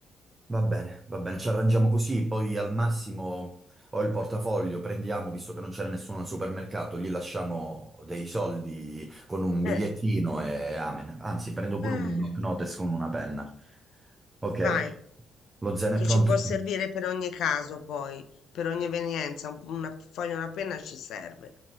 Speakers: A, on the right (about 20°); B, on the left (about 75°).
A: va bene, va bene, ci arrangiamo così. Poi al massimo. Ho il portafoglio, prendiamo, visto che non c'era nessuno al supermercato, gli lasciamo dei soldi con un bigliettino
B: eh,
A: e amen. Anzi, prendo pure
B: eh,
A: un block notes con una penna. Ok,
B: vai.
A: lo zen
B: che
A: è pronto.
B: ci può servire per ogni caso, poi, per ogni evenienza, un- una foglia, una penna ci serve.